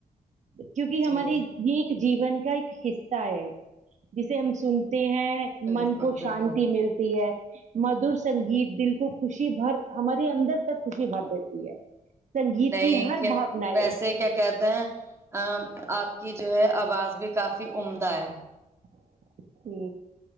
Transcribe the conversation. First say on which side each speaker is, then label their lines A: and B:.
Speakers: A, on the right (about 55°); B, on the right (about 15°).
A: کیونکہ ہمارے
B: جی
A: یہ جیون کا ایک حصہ ہے جسے ہم سنتے ہیں
B: بالکل
A: من کو شانتی
B: بالکل
A: ملتی ہے مدور سنگیت دال کو خوشی بھر ہماری اندر تک خوشی بھر دیتی ہے سنگیت
B: نہیں
A: کی ہر
B: کیا
A: بھاونا
B: ویسے
A: ہے
B: کیا کہتے ہیں ا آپ کی جو ہے آواز بھی کافی عمدہ ہے
A: <inaudible> ہی